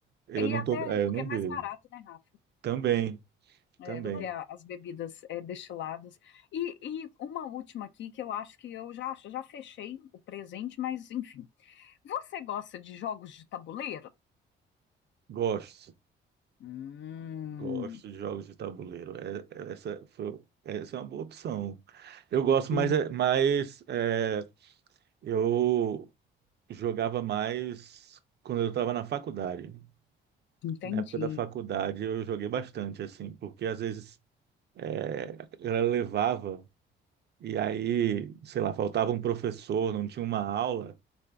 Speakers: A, on the right (about 55°); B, on the left (about 65°).
A: eu
B: E
A: não tô,
B: até
A: é,
B: porque
A: eu não
B: é
A: bebo.
B: mais barato, né, Rafa?
A: Também, também.
B: É, do que a- as bebidas é, destiladas. E, e uma última aqui que eu acho que eu já, já fechei o presente, mas enfim. Você gosta de jogos de tabuleiro?
A: Gosto,
B: Hum,
A: gosto de jogos de tabuleiro. É- é- essa foi, essa é uma boa opção. Eu gosto,
B: Hum,
A: mas, é- mas é, eu jogava mais quando eu estava na faculdade.
B: Entendi.
A: Na época da faculdade eu joguei bastante, assim, porque às vezes é, ela levava, e aí, sei lá, faltava um professor, não tinha uma aula,